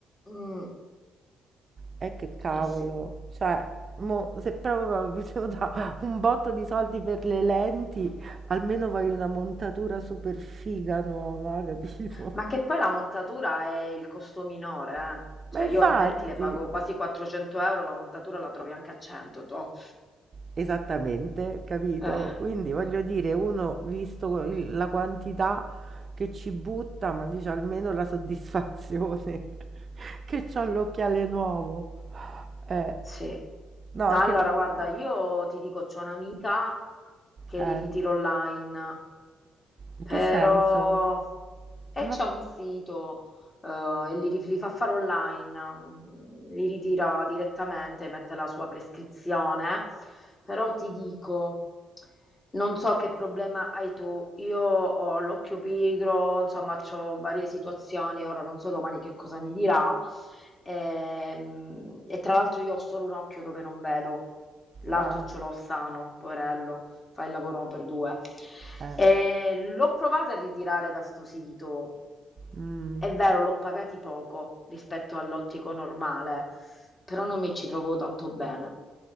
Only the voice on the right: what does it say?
E che cavolo,
cioè, mo, se proprio mi devo dare <laughs> un botto di soldi per le lenti, almeno voglio una montatura super figa nuova, capito?
<laughs>
Ma
infatti...
Esattamente, capito?
Quindi voglio dire, uno visto il- la quantità che ci butta, ma dice almeno la soddisfazione <laughs> che c'ho l'occhiale nuovo. Eh,
no, anche
perché...
eh,
in
che senso?
Non
ho...
Ah,
eh,
mm.